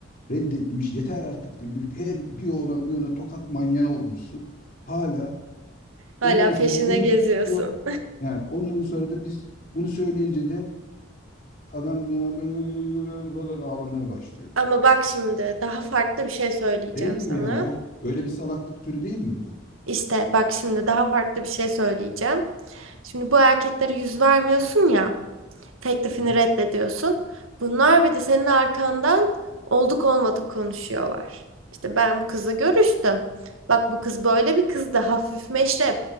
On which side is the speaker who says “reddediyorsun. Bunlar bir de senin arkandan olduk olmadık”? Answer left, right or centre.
Right